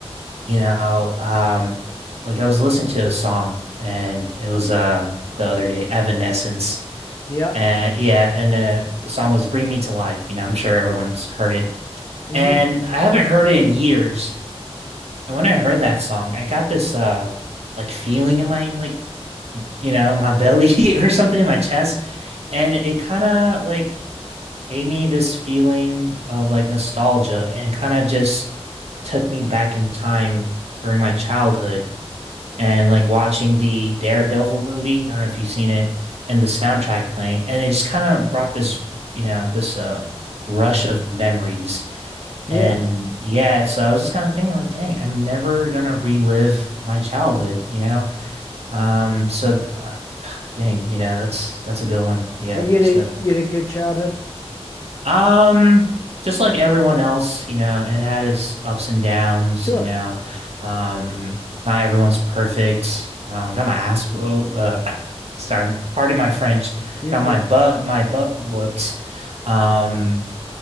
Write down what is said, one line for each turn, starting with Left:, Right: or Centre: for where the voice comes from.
Right: you know, um like I was listening to a song and it was um the other day, Evanescence.
Left: Yeah.
Right: Uh, yeah, and uh, the song was "Bring Me to Life." You know, I'm sure everyone's heard it,
Left: hmm
Right: and I haven't heard it in years. And when I heard that song, I got this uh like feeling in my like you know my belly <laughs> or something in my chest, and it kind of like gave me this feeling of like nostalgia and kind of just took me back in time during my childhood and like watching the Daredevil movie. I don't know if you've seen it, and the soundtrack playing, and it just kind of brought this, you know, this um rush of memories.
Left: Yeah.
Right: And yeah, so I was just kind of thinking like, dang, I'm never gonna relive my childhood, you know? Um, so th- uh, dang, you know, that's that's a good one. Yeah.
Left: And you had
Right: So
Left: a you had a good childhood?
Right: um, just like everyone else, you know, it had its ups and downs,
Left: Sure.
Right: you know. Um, not everyone's perfect. Um, got my ass, whoa, uh, <laughs> sorry, pardon my French.
Left: You're
Right: Got
Left: good.
Right: my butt, my butt whooped. Um,